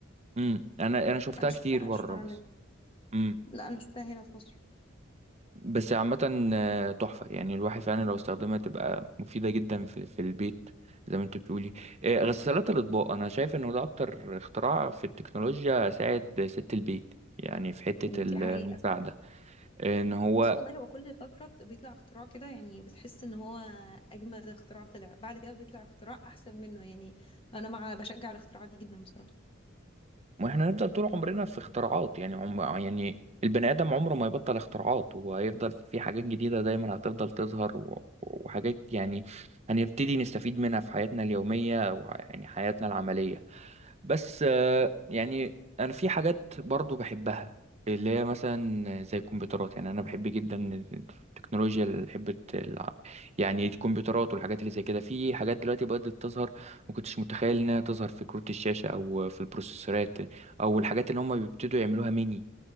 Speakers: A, on the right; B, on the left.
A: امم. انا انا شفتها
B: انا شفتها
A: كتير بره
B: انا شفتها عندنا
A: بس امم.
B: لا انا شفتها هنا في مصر
A: بس عامة آه، تحفة يعني الواحد فعلا لو استخدمها تبقى مفيدة جدا في في البيت زي ما انت بتقولي آه، غسالات الأطباق أنا شايف إنه ده أكتر اختراع في التكنولوجيا ساعد ست البيت يعني في حتة
B: مم،
A: ال-
B: دي حقيقة
A: المساعدة
B: فعلا
A: إن هو
B: بص والله هو كل فترة بت- بيطلع اختراع كده يعني بتحس ان هو اجمد اختراع طلع بعد كده بيطلع اختراع احسن منه يعني انا مع بشجع الاختراعات دي جدا بصراحة
A: وإحنا هنفضل طول عمرنا في اختراعات يعني عم يعني البني آدم عمره ما يبطل اختراعات وهيفضل في حاجات جديدة دايما هتفضل تظهر و- وحاجات يعني هنبتدي نستفيد منها في حياتنا اليومية ويعني حياتنا العملية بس آه، يعني انا في حاجات برضو بحبها اللي هي مثلا زي الكمبيوترات يعني انا بحب جدا التكنولوجيا اللي بحب الع- يعني الكمبيوترات والحاجات اللي زي كده في حاجات دلوقتي بدأت تظهر ما كنتش متخيل انها تظهر في كروت الشاشة او في البروسيسورات او الحاجات اللي هم بيبتدوا يعملوها ميني